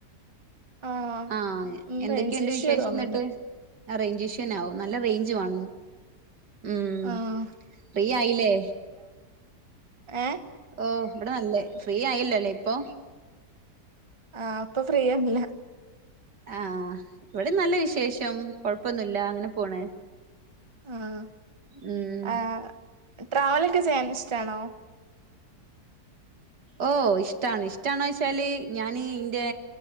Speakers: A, on the right; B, on the right.
A: ആഹ്
B: ആ
A: ഉം
B: എന്തൊക്കേണ്ട്
A: റേഞ്ച് ഇഷ്യൂ
B: വിശേഷന്നിട്ട്
A: തോന്നുന്നുണ്ട്
B: റേഞ്ച് ഇഷ്യുന്നെ ആവും നല്ല റേഞ്ച് വാണം മ്മ്
A: ആഹ്
B: ഫ്രീ ആയില്ലേ
A: ഏ
B: ഓ ഇവിടെ നല്ലേ ഫ്രീ ആയില്ലല്ലേ ഇപ്പൊ
A: ആ ഇപ്പൊ ഫ്രീ ആല്ല
B: ആഹ് ഇവിടെ നല്ല വിശേഷം കൊഴപ്പൊന്നുല്ല അങ്ങനെ പോണ്
A: ആഹ്
B: ഉം
A: ആഹ് ട്രാവലൊക്കെ ചെയ്യാൻ ഇഷ്ടാണോ
B: ഓ ഇഷ്ടാണ് ഇഷ്ടാണൊച്ചാല് ഞാന് ഇന്റെ